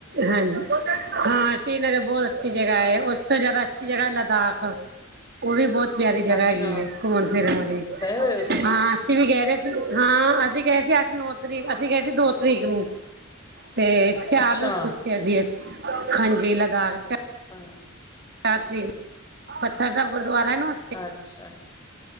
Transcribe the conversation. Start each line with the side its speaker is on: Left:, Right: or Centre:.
Right: ਹਾਂ, ਜੀ
Left: ਹਾਂਜੀ
Right: ਸ਼੍ਰੀਨਗਰ ਬਹੁਤ ਅੱਛੀ ਜਗ੍ਹਾ ਹੈ। ਉਸ ਤੋਂ ਜ਼ਿਆਦਾ ਅੱਛੀ ਜਗ੍ਹਾ ਲਦਾਖ ਉਹ ਵੀ ਬਹੁਤ ਪਿਆਰੀ ਜਗ੍ਹਾ
Left: ਅੱਛਾ
Right: ਹੈਗੀ ਆ। ਘੁੰਮਣ ਫਿਰਨ ਵਾਲੀ
Left: ਗਏ ਹੋਏ ਹੋ ਤੁਸੀਂ
Right: ਹਾਂ। ਅਸੀਂ ਵੀ ਗਹਿ ਰਹੇ। ਹਾਂ। ਅਸੀਂ ਗਏ ਸੀ ਅੱਠ- ਨੌ ਤਰੀਕ ਅਸੀਂ ਗਏ ਸੀ। ਦੋ ਤਰੀਕ ਨੂੰ ਤੇ ਚਾਰ
Left: ਅੱਛਾ
Right: ਨੂੰ ਪੁੱਛਿਆ ਸੀ। ਅਸੀ ਹਾਂਜੀ ਲਦਾਖ
Left: ਹਾਂ।
Right: ਚਾਰ ਤਰੀਕ ਨੂੰ ਪੱਥਰ ਸਾਹਿਬ ਗੁਰਦੁਆਰਾ ਨਾ।
Left: ਅੱਛਾ